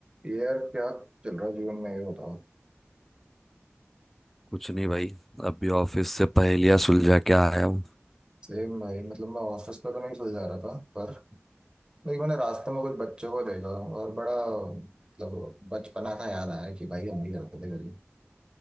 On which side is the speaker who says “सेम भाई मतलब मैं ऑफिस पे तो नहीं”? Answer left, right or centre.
Right